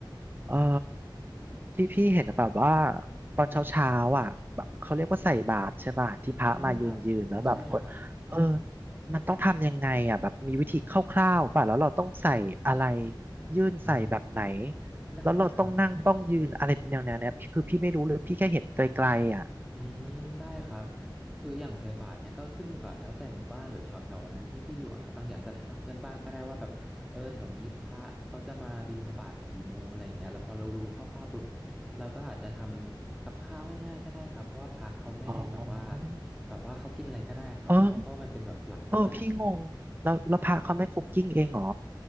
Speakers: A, on the right (about 25°); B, in the centre.
A: เอ่อที่พี่เห็นแบบว่าตอนเช้าเช้าอ่ะแบบเขาเรียกว่าใส่บาตรใช่ป่ะที่พระมายืนยืนแล้วแบบคนเออ
B: ใช่ครับใช่ครับ
A: มันต้องทำยังไงอ่ะแบบมีวิธีคร่าวๆป่ะแล้วเราต้องใส่อะไรยื่นใส่แบบไหน
B: อ๋อ ได้ครับ
A: แล้วเราต้องนั่งต้องยืนอะไรแนวๆเนี้ยพี่คือพี่ไม่รู้เลยพี่แค่เห็นไกลๆอ่ะ
B: อืมได้ครับคืออย่างใส่บาตรเนี่ยก็ขึ้นอยู่กับแล้วแต่หมู่บ้านหรือแถวแถวนั้นที่พี่อยู่อะครับบางทีอาจจะถามเพื่อนบ้านก็ได้ว่าแบบเออแถวนี้พระเขาจะมาบิณฑบาตกี่โมงอะไรอย่างเงี้ยแล้วพอเรารู้คร่าวๆปุ๊บเราก็อาจจะทำกับข้าวง่ายๆก็ได้ครับเพราะว่าพระเขาไม่ได้แบบว่า
A: อ๋อ
B: แบบว่าเขากินอะไรก็ได้ครับเขาเพราะว่ามันเป็นแบบหลักศาสนา
A: เออเออพี่งงแล้วแล้วพระเขาไม่คุกกิ้งเองเหรอ